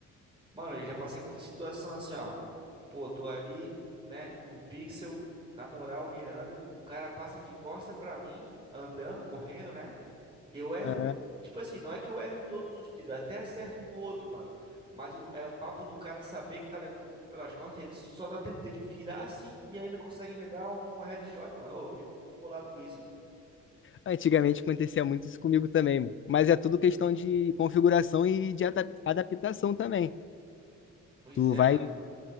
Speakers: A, on the right; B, on the left.
A: Mano, eu já passei muita situação assim, ó. Pô, tô ali, né, com o pixel, na moral, mirando. O cara passa de costa pra mim, andando, correndo, né? Eu erro.
B: Aham.
A: Tipo assim, não é que eu erro todos os tiros, até acerto um ou outro, mano. Mas o, é o papo do cara saber que tá levando o tiro pelas costas, ele só dá tempo dele virar assim e ainda consegue me dar um headshot, mano. Ô, eu fico muito bolado com isso, mano.
B: Antigamente acontecia muito isso comigo também, mano. Mas é tudo questão de configuração e de adap- adaptação também.
A: Pois
B: Tu
A: é,
B: vai,
A: mano.